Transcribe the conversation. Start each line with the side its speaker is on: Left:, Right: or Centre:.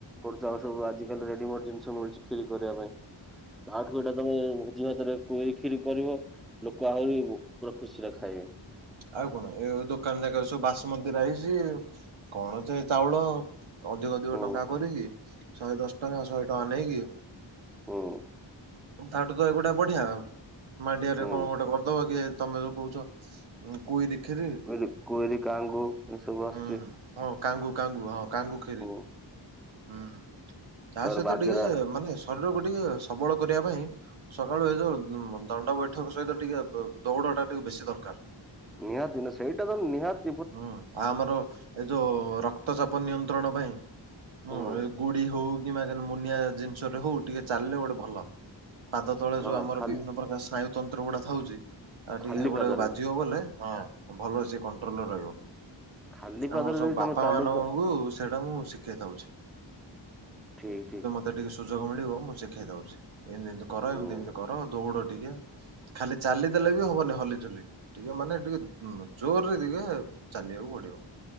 Centre: କରୁଛ ଆଉ ସବୁ ଆଜିିକାଲି ରେଡିମେଡି ଜିନିଷ ମିଳୁଛି କ୍ଷୀରି କରିବା ପାଇଁ। ତା ଆଠୁ ଏଟା ତମେ ଭୋଜି ଭାତରେ କୋଇରି କ୍ଷୀରି କରିବ। ଲୋକ ଆହୁରି ବୁ ପୁରା ଖୁସି ରେ ଖାଇବେ।
Right: ଆଉ କଣ ଏ ଦୋକାନ ଯାକର ସବୁ ବାସୁମତୀ ରାଇସି କଣ ଚେ ଚାଉଳ। ଅଧିକ, ଅଧିକ
Centre: ହୁଁ
Right: ଟଙ୍କା କରିଚି ଶହେ ଦଶ ଟଙ୍କା ଶହେ ଟଙ୍କା ନେଇକି।
Centre: ହୁଁ।
Right: ତାଠୁ ତ ଏଗୁଡା ବଢିଆ ତ ମାଣ୍ଡିଆରେ
Centre: ହୁଁ
Right: କଣ ଗୋଟେ କରିଦବ କି ତମେ ଯୋଉ କହୁଛ କୋଇରି ଖିରି।
Centre: ଖିରି କୋଇରି କାଙ୍ଗୁ। ଏସବୁ ଆସୁଛି
Right: ହୁଁ ହଁ କାଙ୍ଗୁ, କାଙ୍ଗୁ ହଁ କାଙ୍ଗୁ ଖିରି।
Centre: ହୁଁ
Right: ହୁଁ, ହୁଁ ତା
Centre: ତାପରେ
Right: ସହିତ
Centre: ବାଜରା
Right: ଟିକେ ମାନେ ଶରୀରକୁ ଟିକେ ସବଳ କରିବା ପାଇଁ ସକାଳୁ ଏ ଯୋଉ ଦଣ୍ଡ ବୈଠକ ସହିତ ଟିକେ ପ ଦୌଡ ଟା ଟିକେ ବେଶୀ ଦରକାର।
Centre: ନିହାତି ନା ସେଇଟା ତ ନିହାତ
Right: ହୁଁ ଆମର ଏ ଯୋଉ ରକ୍ତ ରକ୍ତ ଚାପ ନିୟନ୍ତ୍ରଣ ପାଇଁ, ମୁଁ
Centre: ହୁଁ
Right: ଉ ଗୁଡି ହଉ, ଇମାଜନ ମୁନିଆ ଜିନିଷଟେ ହଉ ଟିକେ ଚାଲିଲେ ଗୋଟେ ଭଲ। ପାଦ ତଳେ
Centre: ହଁ
Right: ଯୋଉ ଆମର
Centre: ଖାଲି
Right: ବିଭିନ୍ନ ପ୍ରକାର ସି ବାୟୁତନ୍ତ୍ର ଗୁଡା ଥାଉଛି ଆ
Centre: ଖାଲି
Right: ଟିକେ ସେଗୁଡା
Centre: ପାଦରେ
Right: ବାଜିବ ବଲେ ହଁ ଭଲ ଅଛି <unintelligible> ଟୋଲ ରହିବ।
Centre: ଖାଲି ପାଦରେ
Right: ଆମର ସବୁ
Centre: ଯଦି
Right: ବାପା
Centre: ତମେ ଚାଲୁଛ
Right: ମାନଙ୍କୁ ସେଇଟା ମୁଁ ଶିଖେଇ ଦଉଛି।
Centre: ଠିକ୍, ଠିକ୍।
Right: ମତେ ଟିକେ ସୁଯୋଗ ମିଳିବ ମୁଁ ଶିଖେଇ ଦଉଛି। ଏମିତି, ଏମିତି କର
Centre: ହୁଁ
Right: ଏମିତି ଏ, ମିତି କର ଦୌଡ ଟିକେ, ଖାଲି ଚାଲିଦେଲେ ହବନି ହଲିଝୁଲିକି, ଟିକେ ମାନେ ଟିକେ ଜୋରେ ଜୋରେ ଟିକେ ଚାଲିବାକୁ ପଡିବ।